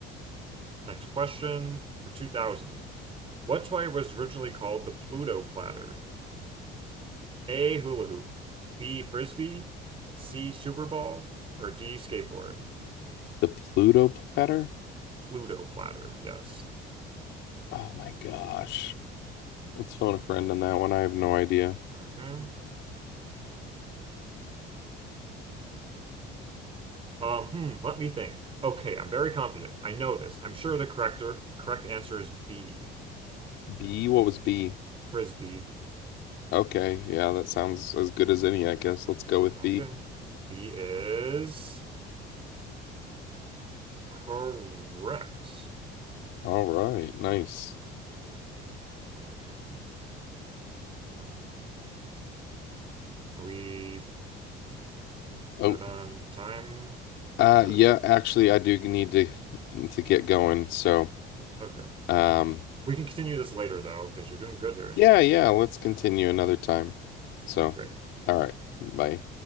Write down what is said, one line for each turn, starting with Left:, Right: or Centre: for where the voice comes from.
Right: next question for 2000. What toy was originally called the Pluto Platter? A hula hoop, B frisbee, C super ball, or D skateboard?
Left: The Pluto platter.
Right: Pluto Platter. Yes.
Left: Oh my gosh. Let's phone a friend on that one. I have no idea.
Right: Okay. Um, hmm, let me think. Okay, I'm very confident. I know this. I'm sure the correct er, correct answer is B.
Left: B, what was B?
Right: Frisbee.
Left: Okay. Yeah, that sounds as good as any, I guess. Let's go with B.
Right: Okay. B is correct.
Left: All right. Nice.
Right: Okay. Um, are we
Left: Oh,
Right: good on time
Left: uh,
Right: or
Left: yeah, actually, I do need to to get going. So,
Right: okay.
Left: um,
Right: We can continue this later though, because you're doing good here.
Left: yeah, yeah, let's continue another time. So,
Right: Great.
Left: all right. Bye.